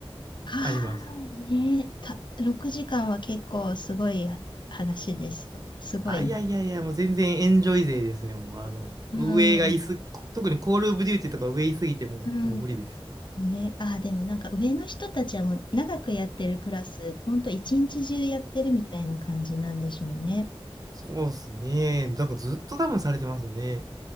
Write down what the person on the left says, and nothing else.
ああー、
ねえ、た、6時間は結構すごい話ですよ。すごいな。
うん、
うん。
ね、ああ、でもなんか上の人たちはもう長くやってるプラス、ほんと一日中やってるみたいな感じなんでしょうね。